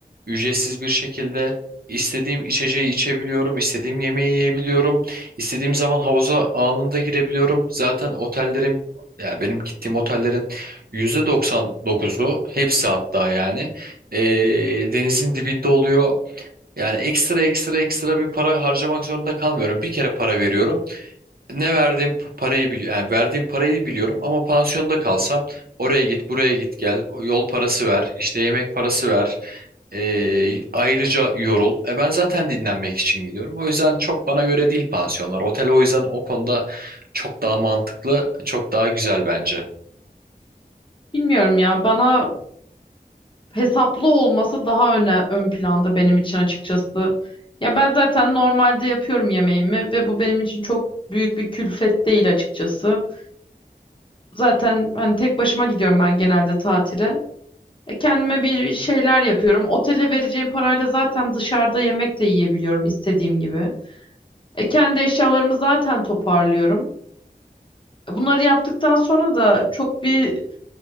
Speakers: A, on the right (about 70°); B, on the left (about 30°).
A: Ücretsiz bir şekilde istediğim içeceği içebiliyorum. istediğim yemeği yiyebiliyorum. istediğim zaman havuza anında girebiliyorum. Zaten otellerin yani benim gittiğim otellerin %99'u hepsi hatta yani e, denizin dibinde oluyor. Yani ekstra ekstra ekstra bir para harcamak zorunda kalmıyorum. Bir kere para veriyorum. Ne verdiğim p- parayı biliyorum. Yani verdiğim parayı biliyorum ama pansiyonda kalsam oraya git buraya git gel yol parası ver işte yemek parası ver e, ayrıca yorul. E ben zaten dinlenmek için gidiyorum. O yüzden çok bana göre değil pansiyonlar. Otel o yüzden o konuda çok daha mantıklı çok daha güzel bence.
B: Bilmiyorum ya bana hesaplı olması daha öne, ön planda benim için açıkçası. Ya ben zaten normalde yapıyorum yemeğimi ve bu benim için çok büyük bir külfet değil açıkçası. Zaten hani tek başıma gidiyorum ben genelde tatile. E, kendime bir şeyler yapıyorum. Otele vereceğim parayla zaten dışarıda yemek de yiyebiliyorum istediğim gibi. E, kendi eşyalarımı zaten toparlıyorum. E, Bunları yaptıktan sonra da çok bir